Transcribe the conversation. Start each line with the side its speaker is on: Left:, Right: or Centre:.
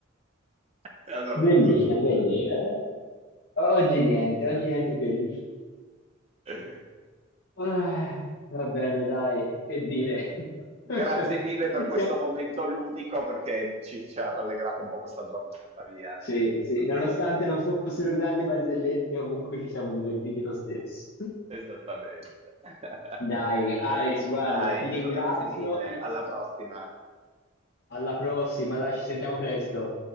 Right: E allora
Left: Bellina,
Right: ho detto, non ci vado.
Left: bellina. Oggi niente, oggi niente peggio.
Right: <laughs>
Left: Ah, va bene, dai, che dire.
Right: Grazie
Left: <laughs>
Right: mille per questo
Left: Sia-
Right: momento ludico perché ci, ci ha rallegrato un po' questa giornata, via.
Left: Sì, sì, nonostante non fossero grandi barzellette, comunque ci siamo divertiti lo stesso.
Right: Esattamente. <laughs>
Left: Dai, Aris, guarda,
Right: Dai,
Left: ti
Right: Pietro,
Left: ringrazio.
Right: grazie mille. Alla prossima.
Left: Alla prossima, dai, ci sentiamo presto.